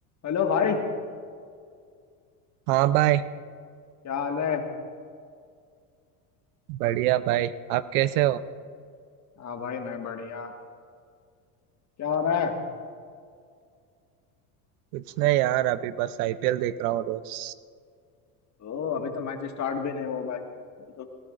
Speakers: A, on the left (about 35°); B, on the right (about 70°).
A: Hello भाई क्या
B: हाँ भाई
A: हाल है
B: बढ़िया भाई आप कैसे हो
A: हाँ भाई मैं बढ़िया क्या हो रहा है
B: कुछ नहीं यार अभी बस आईपीएल देख रहा हूँ रोज
A: ओ अभी तो मैच स्टार्ट भी नहीं हुआ भाई अभी तो